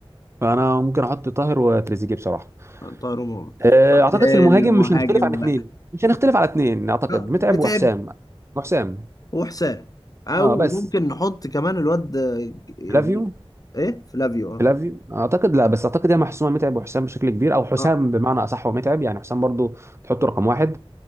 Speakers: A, on the right; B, on the left.
A: فانا ممكن احط طاهر وتريزيجيه بصراحه
B: طاهر ومؤمن
A: آه،
B: طب
A: اعتقد
B: المهاجم
A: في المهاجم مش هنختلف عن اثنين
B: بقى
A: مش هنختلف على اثنين اعتقد
B: لا،
A: متعب
B: متعب
A: وحسام وحسام
B: وحسام او
A: اه بس
B: ممكن نحط كمان الواد آه،
A: فلافيو
B: ايه فلافيو اه
A: فلافيو اعتقد لا بس اعتقد هي محسومه متعب وحسام بشكل كبير او حسام
B: اه
A: بمعنى اصح ومتعب يعني حسام برضو تحطه رقم واحد